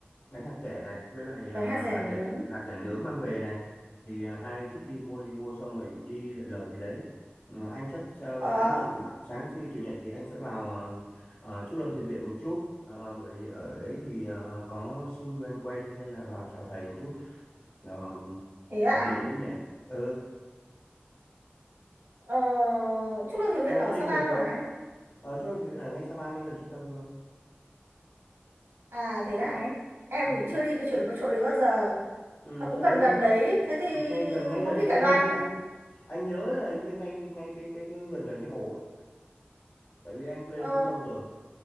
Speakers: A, on the left (about 70°); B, on the right (about 85°).
A: bánh hạt rẻ này với lại ừm,
B: bánh hạt dẻ
A: hạt
B: nướng
A: rẻ hạt rẻ nướng mang về này thì ờ, ai thích đi mua đi mua xong rồi đi lượn lờ gì đấy Ừ, anh chắc sao
B: có
A: sáng chủ nhật sáng thứ chủ nhật thì anh sẽ vào ờ, ờ, Trúc Lâm Thiền Viện một chút Ờ, bởi vì ở đấy thì ờ, có sư anh quen cho nên là vào chào thầy một chút Ờ,
B: thế ạ
A: còn
B: À?
A: gì nữa nhỉ ừ
B: ờ, chúc lâu thuyền Việt
A: em
B: ở
A: muốn
B: Sapa
A: đi cùng
B: luôn
A: không
B: à anh?
A: ở Trúc Lâm Thiền Viện ở ngay Sapa ngay gần trung tâm luôn
B: À thế hả anh? Em
A: ừ.
B: thì chưa đi được chỗ, chỗ đấy bao giờ.
A: ừ,
B: Nó cũng
A: chỗ
B: gần
A: đấy
B: gần đấy. Thế thì
A: ngay gần ngay gần
B: có khi
A: cái
B: cả đoàn.
A: hình như anh anh nhớ là hình như ngay ngay cái cái, cái gần gần cái hồ ấy. Tại vì anh lên
B: Ờ,
A: cũng lâu rồi